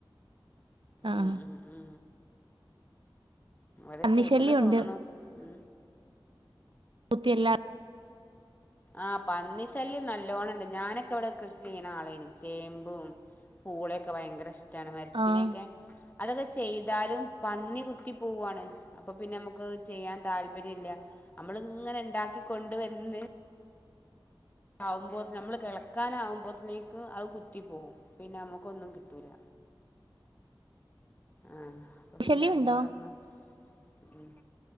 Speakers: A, on the right (about 75°); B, on the left (about 20°).
A: ആഹ്
B: ഉ ഉ ഉ ഇടെ
A: പന്നി
B: ചെയ്ത്ന്ന്
A: ശല്യം
B: തോന്നണ
A: ഉണ്ട്
B: ഉ
A: ത്തില്ല <unintelligible>
B: ആ പന്നി ശല്യം നല്ലോണം ഉണ്ട് ഞാനൊക്കെ ഇവിടെ കൃഷി ചെയ്യണ ആളേന് ചേമ്പും പൂളൊക്കെ ഭയങ്കര ഇഷ്ടമാണ് മരച്ചിനൊക്കെ
A: ആഹ്
B: അതൊക്കെ ചെയ്താലും പന്നി കുത്തി പോവുവാണ് അപ്പൊ പിന്നെ നമുക്ക് ചെയ്യാൻ താല്പര്യം ഇല്ല നമ്മള് ഇങ്ങനെ ഉണ്ടാക്കി കൊണ്ട് വന്ന് ആകുമ്പോ നമ്മള് കിളക്കാന ആകുമ്പോഴത്തേക്ക് അത് കുത്തിപ്പോകും പിന്നെ നമുക്കൊന്നും കിട്ടൂല ആഹ അപ്പൊ പിന്നെ
A: ശല്യം
B: അയിതിനോടൊന്ന്ു
A: ഉണ്ടോ
B: ഉ